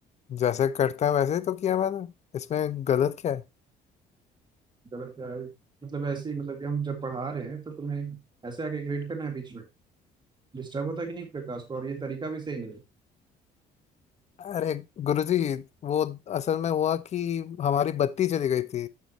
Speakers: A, on the left; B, on the right.
A: जैसे करते हैं वैसे ही तो किया मैंने इसमें गलत क्या है
B: गलत क्या है मतलब ऐसे ही मतलब कि हम जब पढ़ा रहे हैं तो तुम्हें ऐसे आके ग्रीट करना है बीच में डिस्टर्ब होता है कि नहीं प्रकाश को और ये तरीका भी सही नहीं है
A: अरे गुरुजी वो असल में हुआ कि हमारी बत्ती चली गई थी